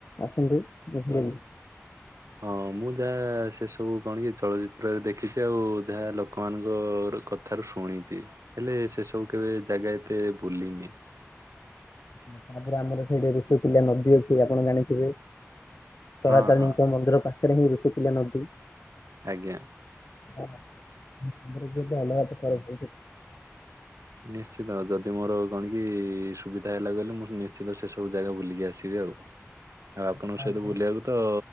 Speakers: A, on the left; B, on the right.
A: ଆସନ୍ତୁ, ଦେଖିଦେବି।
B: ହଁ, ମୁଁ ଯାଆ-ଆ, ସେ ସବୁ କଣ କି ଚଳଚ୍ଚିତ୍ରରେ ଦେଖ୍ ଦେଖିଛି। ଆଉ ଯାହା ଲୋକମାନଙ୍କ ଅ-ର କଥାରୁ ଶୁଣିଛି। ହେଲେ ସେସବୁ କେବେ ଯାଗା ଏତେ ବୁଲିନି।
A: ତା-ତାପରେ ଆମର ସେଇଠି ଋଷିକୂଲ୍ୟା ନଦୀ ଅଛି, ଆପଣ ଜାଣିଥିବେ।
B: ହଁ
A: ତାରାତାରିଣୀଙ୍କ
B: ହଁ
A: ମନ୍ଦିର ପାଖରେ ହିଁ ଋଷିକୁଲ୍ୟା ନଦୀ।
B: ଆଜ୍ଞା।
A: <inaudible>
B: ନିଶ୍ଚିତ ଯଦି ମୋର କଣ କି-ଇ ଇ ସୁବିଧା ହେଲା ଗଲେ। ମୁଁ ନିଶ୍ଚିିତ ସେସବୁ ଯାଗା ବୁଲିକି ଆସିବି ଆଉ। ଆଉ ଆପଣଙ୍କ
A: ତାପରେ
B: ସହିତ, ବୁଲିବାକୁ ତ